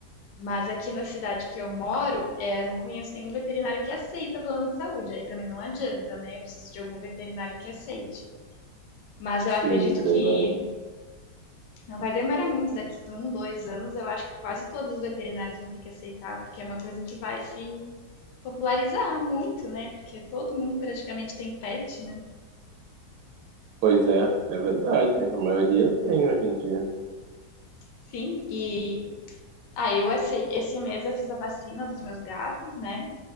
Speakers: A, on the left; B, on the right.
A: Mas aqui na cidade que eu moro, é, não conheço nenhum veterinário que aceita plano de saúde. Aí também não adianta, né? Eu preciso de algum veterinário que aceite. Mas eu
B: Sim,
A: acredito
B: verdade.
A: que não vai demorar muito, daqui a um, dois anos, eu acho que quase todos os veterinários vão ter que aceitar, porque é uma coisa que vai se popularizar muito, né? Porque todo mundo praticamente tem pet, né?
B: Pois é, é verdade. A maioria tem hoje em dia.
A: Sim, e aí eu esse, esse mês eu fiz a vacina dos meus gatos, né?